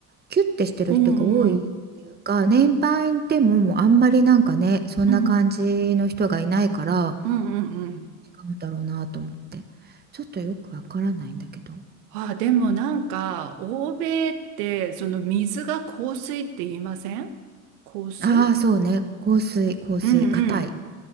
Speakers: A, on the right (about 20°); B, on the right (about 70°).
A: キュッてしてる人が多いっていうか年配でももうあんまりなんかねそんな感じの人がいないから
B: うんうん。うん。うんうんうん。
A: 違うんだろうなと思って。ちょっとよくわからないんだけど。
B: あでもなんか、欧米って、その水が硬水って言いません硬水
A: ああ、そうね。香水、香水、
B: うんうん。
A: 硬い。